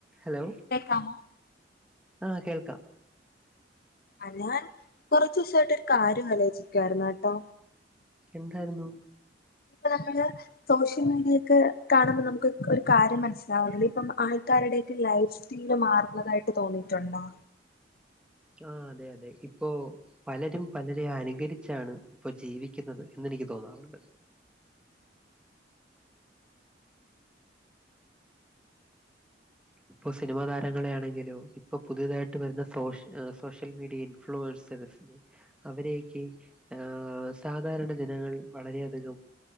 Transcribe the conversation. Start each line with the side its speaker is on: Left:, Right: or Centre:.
Centre: Hello.
Left: കേൾക്കാമോ?
Centre: ആഹ് കേൾക്കാം.
Left: അല്ല കൊർച്ചൂസായിട്ടൊരു കാര്യം ആലോചിക്കായിര്ന്ന കെട്ടോ
Centre: എന്താര്ന്നു
Left: ഇപ്പ നമ്മള് സോഷ്യൽ മീഡിയൊക്കെ കാണുമ്പൊ നമുക്ക് ഒര് കാര്യം മനസ്സിലാവ്ണില്ലെ ഇപ്പം ആൾക്കാരുടെക്കെ ലൈഫ് സ്റ്റൈല് മാറുന്നതായിട്ട് തോന്നീട്ടുണ്ടോ?
Centre: ആ അതെ അതെ ഇപ്പോ പലരും പലരെ അനുകരിച്ചാണ് ഇപ്പൊ ജീവിക്കുന്നത് എന്നെനിക്ക് തോന്നാറ്ണ്ട് ഇപ്പൊ സിനിമാതാരങ്ങളെയാണെങ്കിലു ഇപ്പൊ പുതിയതായിട്ട് വരുന്ന സോഷ് സോഷ്യൽ മീഡിയിം ഇൻഫ്ലുവേർസേർ‌സ്നിം അവരെയൊക്കെ ആഹ് സാധാരണ ജനങ്ങൾ വളരെയധികം